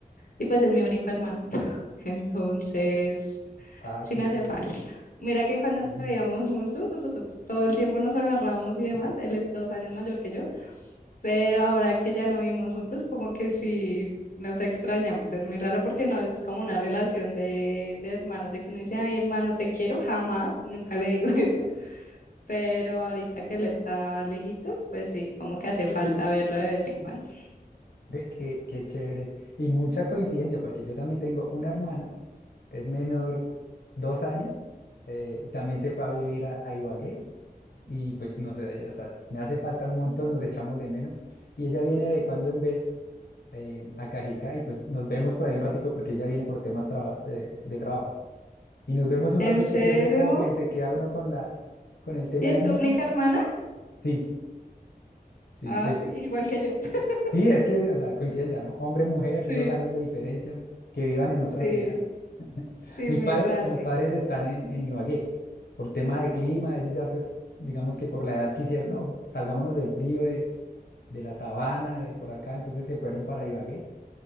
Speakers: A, on the left; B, on the left.
A: Y pues es mi único hermano. <laughs> Entonces
B: ah,
A: sí
B: qué
A: me hace
B: chévere.
A: falta. Mira que cuando
B: Sí.
A: vivíamos juntos, nosotros todo el tiempo nos agarrábamos y demás. Él es dos años mayor que yo, pero ahora que ya no vivimos juntos, como que sí nos extrañamos. Es muy raro porque no es como una relación de, de hermanos, de que uno dice, ay, hermano, te quiero, jamás, nunca le digo <laughs> eso. Pero ahorita que él está lejitos, pues sí, como que hace falta verlo de vez en cuando.
B: <laughs> Ve, qué, qué chévere. Y mucha coincidencia, porque yo también tengo una hermana, es menor dos años, eh, también se fue a vivir a, a Ibagué y pues no sé, o sea, me hace falta un montón, nos echamos de menos. Y ella viene de cuando en vez eh, a Cajicá y pues nos vemos por ahí un ratico porque ella viene por temas traba- de, de trabajo. Y nos vemos un
A: ¿En
B: ratico
A: serio?
B: y siempre como que se queda uno con la, con el tema
A: ¿Y es
B: de, no,
A: tu única hermana?
B: sí, sí,
A: Ah,
B: pues.
A: sí, igual que yo. <laughs>
B: Sí, es que, o sea, coincidencia, ¿no? Hombre, mujer,
A: Sí,
B: dos años de diferencia, que vivan en otra
A: sí,
B: ciudad. <laughs>
A: sí,
B: Mis
A: muy
B: padres,
A: raro.
B: mis padres están en, en Ibagué. Por tema de clima, ellos ya, pues, digamos que por la edad quisieron, no, salgámonos del frío, de, de la sabana, de por acá, entonces se fueron para Ibagué.